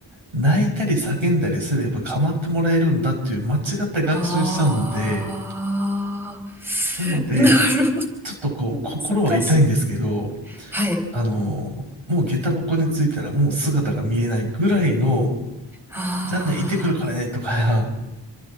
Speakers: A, on the right; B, in the centre.
A: 泣いたり叫んだりすれば構ってもらえるんだっていう間違った学習しちゃうんで、
B: ああ、
A: なので、
B: <laughs> なるほど。
A: ちょっとこう、
B: 難しい。
A: 心は痛いんですけど、
B: はい。
A: あの、もう下駄箱に着いたらもう姿が見えないぐらいの
B: あ
A: じゃあね、行ってくるからね、とか、